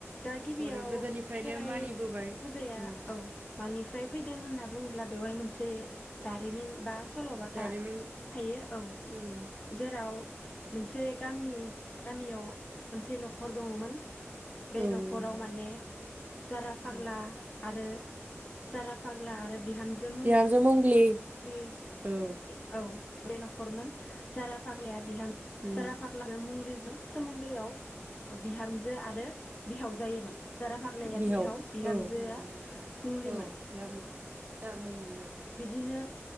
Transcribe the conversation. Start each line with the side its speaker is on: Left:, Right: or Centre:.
Left: दा गिबियाव
Right: खौ आरो गोदोनिफ्रायनो
Left: खेराइ
Right: मानिबोबाय
Left: फुजाया
Right: उम
Left: औ मान निफ्राय फैदों होनना बुंङोब्ला बेवहाय मोनसे जारिमिन बा सल'बाथा
Right: जारिमिन
Left: थायो औ
Right: उम
Left: जेराव मोनसे गामि गामियाव मोनसे नख दंङ मोन बे
Right: औ
Left: नखराव
Right: नंगौ नोंथां
Left: माने जारा फाग्ला
Right: उम
Left: आरो जारा फाग्ला आरो बिहामजो मुंलि
Right: बिहामजो मंग्लि
Left: लि
Right: औ
Left: ए औ बे नखर मोन जारा फाग्लाया बिहाम
Right: उम
Left: जारा फाग्ला जों मुंग्लि जों सोमोन्दोआव ओ बिहामजो आरो बिहाव जायोमोन। जारा फाग्लाया
Right: बिहाव
Left: बिहामजोआ
Right: औ औ नोंथां
Left: मुंलिमोन
Right: औ बिहामजो जा मुंलि औ
Left: बिदिनो